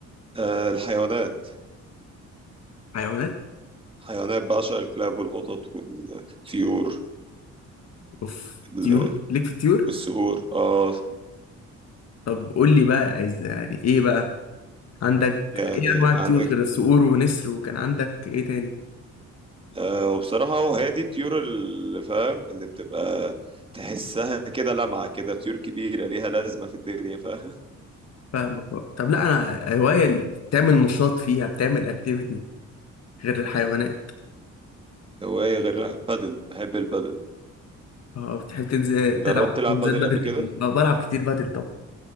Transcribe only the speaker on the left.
حيوانات
اوف
طيور ليك في الطيور
طب قول لي بقى عايز يعني ايه بقى عندك
ايه انواع
الطيور غير الصقور ونسر وكان عندك ايه تاني
فاهمك بقى طب لا انا هواية اللي بتعمل نشاط فيها بتعمل اكتيفيتي غير الحيوانات
اه بتحب تنزل
تلعب
حجوزات
بدل
كتير
اه بلعب كتير بدل طبعا